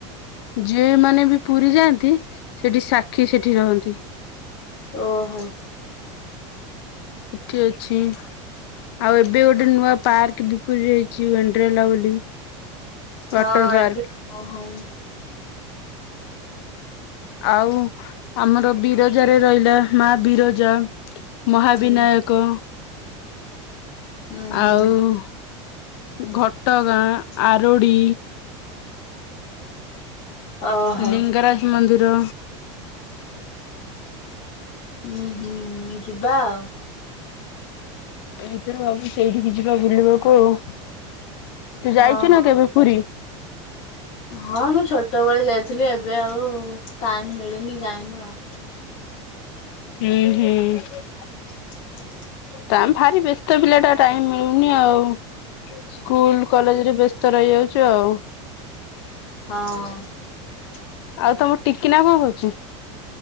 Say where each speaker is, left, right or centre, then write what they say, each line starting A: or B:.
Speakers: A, on the left (about 55°); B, on the left (about 40°).
A: ଯିଏ ମାନେ ବି ପୁରୀ ଯାଆନ୍ତି ସେଠି ସାକ୍ଷୀ ସେଠି ରହନ୍ତି। ସେଠି
B: ଓହୋ
A: ଅଛି। ଆଉ ଏବେ ଗୋଟେ ନୂଆ ପାର୍କ ବି <unintelligible> ପ ଯାଇଛିଣ୍ଡଲା ବୋଲି ୱାଟର
B: ହଁ,
A: ପାର୍କ
B: ଏବେ ହ ହ,
A: ଆଉ, ଆମର ବିରଜାରେ ରହିଲା ମା ବିରଜା, ମହାବିନାୟକ।
B: ହୁଁ ହୁଁ ହୁଁ
A: ଆଉ ଘଟ ଟ ଗାଁ, ଆରୋଡ଼ି।
B: ଓହୋ
A: ଲିଙ୍ଗରାଜ ମନ୍ଦିର।
B: ଉୁଁ, ହୁଁ, ଯିବା ଆଉ
A: ଏଇଥରେ ଭାବୁଛି ସେଇଠିକି ଯିବା ବୁଲିବାକୁ ଆଉ। ତୁ ଯାଇଛୁ
B: ହଁ ହୋ
A: ନା କେବେ ପୁରୀ?
B: ହଁ ମୁଁ ଛୋଟବେଳେ ଯାଇଥିଲି। ଆଥିଲି ଏବେ ଆଉ ଟାଇମ ମିଳେନି ଯାଇନୁ ଆଉ।
A: ହୁଁ ହୁଁ।
B: <inaudible>
A: ଟା ଭାରି ବ୍ୟସ୍ତ ପିଲା ଟା ଟାଇମ ମିଳୁନି ଆଉ। ସ୍କୁଲ କଲେଜ ରେ ବ୍ୟସ୍ତ ରହିଯାଉଚୁ ଆଉ।
B: ହଁ।
A: ଆଉ ତମ ଟିକିନା କଣ କରୁଚି?